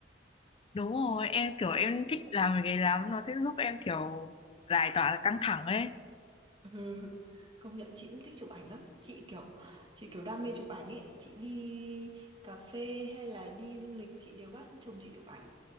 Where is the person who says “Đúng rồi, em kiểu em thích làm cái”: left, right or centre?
Left